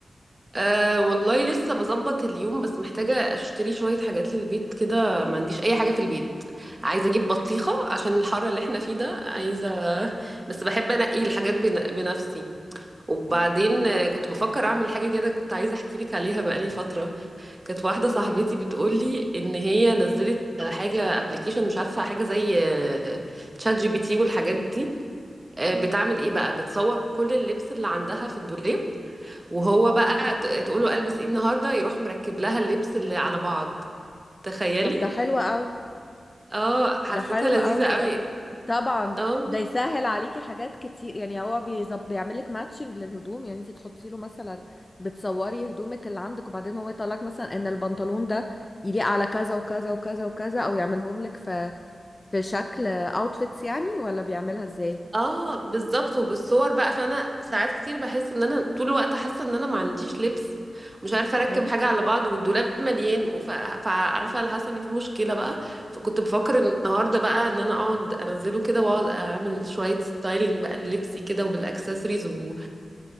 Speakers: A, on the right (about 25°); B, on the left (about 25°).
A: أه والله لسه بظبط اليوم بس محتاجة اشتري شوية حاجات للبيت كده ما عنديش أي حاجة في البيت عايزة أجيب
B: مم.
A: بطيخة عشان الحر اللي احنا فيه ده عايزة <laughs> بس بحب أنقي الحاجات بن- بنفسي وبعدين
B: مم.
A: آه، كنت بفكر أعمل حاجة كده كنت عايزة أحكي لك عليها بقالي فترة كانت واحدة صاحبتي
B: قولي
A: بتقول لي إن هي نزلت حاجة ابلكيشن مش عارفة حاجة زي تشات جي بي تي والحاجات دي آه، بتعمل
B: مم.
A: إيه بقى بتصور كل اللبس اللي عندها في الدولاب وهو بقى
B: مم.
A: ت- تقوله البس ايه النهارده يروح مركب لها اللبس اللي على بعض تخيلي
B: طب ده حلو قوي
A: اه حسيتها
B: ده حلو
A: لذيذة
B: قوي
A: قوي
B: الابليك طبعا
A: اه
B: ده يسهل عليكي حاجات كتير يعني هو بيظب بيعمل لك ماتشنج للهدوم يعني انت تحطي له مثلا بتصوري هدومك اللي عندك وبعدين هو يطلع لك مثلا ان البنطلون ده يليق على كذا وكذا وكذا وكذا او يعملهم لك في في شكل اوتفيتس يعني ولا بيعملها ازاي
A: اه بالظبط وبالصور بقى فانا ساعات كتير بحس ان انا طول الوقت حاسه ان انا ما عنديش لبس مش عارفه اركب
B: اه
A: حاجه على بعض والدولاب مليان وف... فعارفه اللي حاسه ان في مشكله بقى فكنت بفكر النهارده بقى ان انا اقعد انزله كده واقعد اعمل شويه ستايلينج بقى للبسي كده وبالاكسسوارز و...